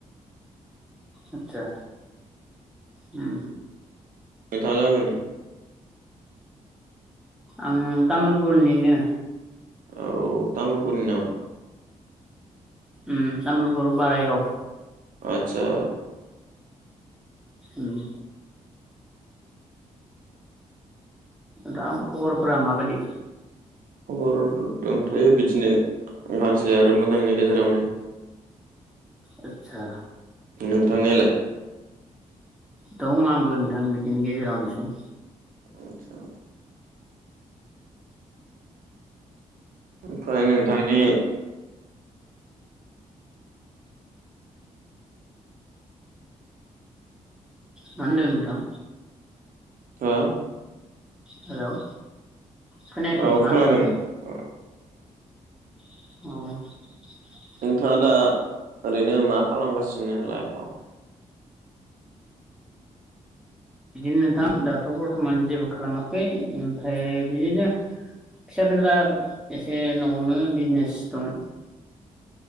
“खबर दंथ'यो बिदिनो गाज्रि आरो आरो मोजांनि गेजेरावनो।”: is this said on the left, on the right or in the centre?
Right